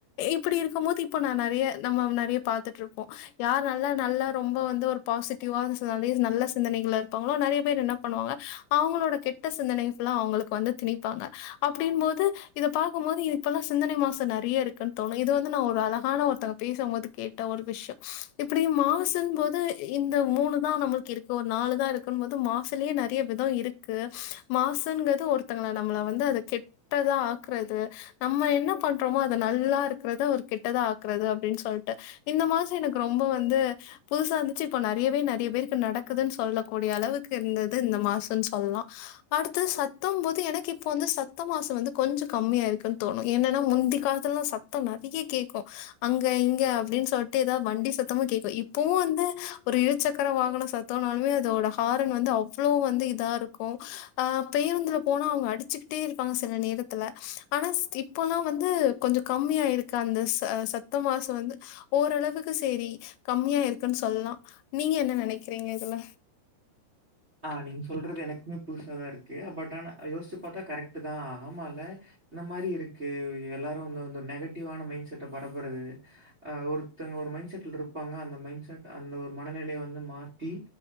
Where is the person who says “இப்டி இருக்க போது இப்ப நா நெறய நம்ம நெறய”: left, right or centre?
Left